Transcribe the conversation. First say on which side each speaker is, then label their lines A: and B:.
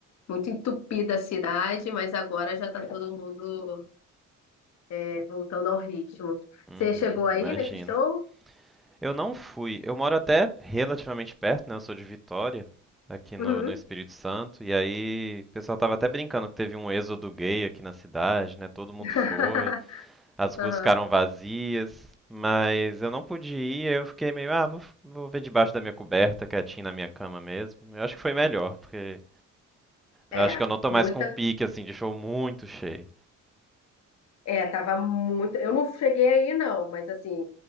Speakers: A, on the left; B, in the centre.
A: muito entupida a cidade, mas agora já tá todo mundo é, voltando ao ritmo.
B: uhum,
A: Você chegou
B: Imagino.
A: aí nesse show?
B: Eu não fui. Eu moro até relativamente perto, né? Eu sou de Vitória, aqui no,
A: Uhum.
B: no Espírito Santo. E aí, o pessoal tava até brincando que teve um êxodo gay aqui na cidade, né? Todo mundo
A: <laughs>
B: foi. As ruas
A: Aham.
B: ficaram vazias. Mas eu não pude ir, eu fiquei meio, ah, vou, vou ver debaixo da minha coberta, quietinho na minha cama mesmo. Eu acho que foi melhor, porque
A: É,
B: eu acho que eu não tô
A: muita.
B: mais com um pique, assim, de show muito cheio.
A: É, tava muito. Eu não cheguei aí, não, mas assim,